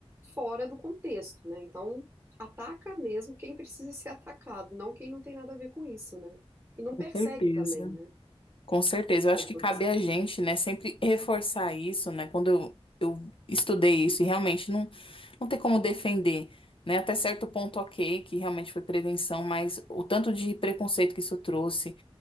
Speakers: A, on the right (about 20°); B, on the left (about 55°).
A: fora do contexto, né? Então, ataca mesmo quem precisa <laughs> ser atacado, não quem não tem nada a ver com isso, né? E não
B: Com
A: persegue
B: certeza.
A: também, né?
B: Com certeza, eu
A: Com
B: acho que
A: todas,
B: cabe a gente, né, sempre reforçar isso, né? Quando eu, eu estudei isso e realmente não, não tem como defender, né? Até certo ponto, ok, que realmente foi prevenção, mas o tanto de preconceito que isso trouxe